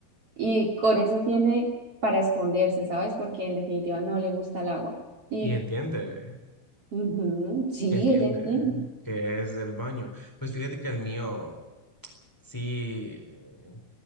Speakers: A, on the right; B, in the centre.
A: Y con eso tiene para esconderse, ¿sabes? Porque en definitiva no le gusta el agua. Y
B: Y entiende,
A: ujú, sí,
B: entiende
A: ella entiende.
B: que es el baño. Pues fíjate que el mío... Sí, eh,